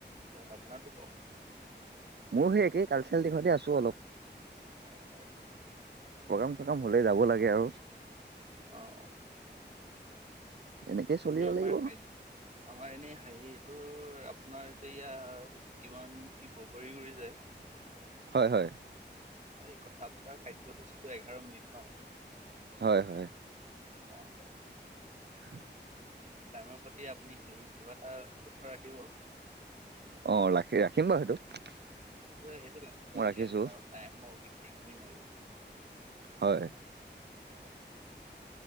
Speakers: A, on the right; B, on the right.
A: আপোনাৰটো কওক।
B: মোৰ সেই একেই কালচাৰেল দিশতে আছো অলপ।
A: অ হয়
B: প্ৰগ্ৰাম চগ্ৰাম হ'লে যাব লাগে আৰু।
A: অ অ।
B: এনেকেই চলিব
A: এনে আমাৰ
B: লাগিব
A: খ আমাৰ এনে হাহি। ত আপোনাৰ এতিয়া ইয়া কিমান কি বগৰী উৰি যায়।
B: হয় হয়।
A: এই কথা বতৰা কাৰ্যসূচীটো এঘাৰ মিনিট ন।
B: হয় হয়।
A: <unintelligible>
B: <unintelligible>
A: টাইমৰ প্ৰতি আপুনি হে কিবা এটা উথ ৰাখিব।
B: অ ৰাখি ৰাখিম বাৰু সেইটো।
A: স সেইটো লাগ
B: মই
A: আজিকালি
B: ৰাখিছো
A: আৰু টাইমৰ একেই নাই।
B: হয়।
A: হয়